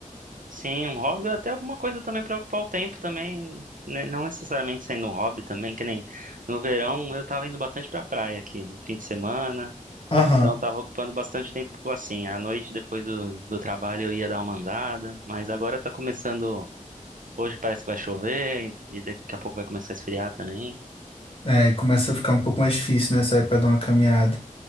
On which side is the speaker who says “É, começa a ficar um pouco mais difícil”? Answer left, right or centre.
Left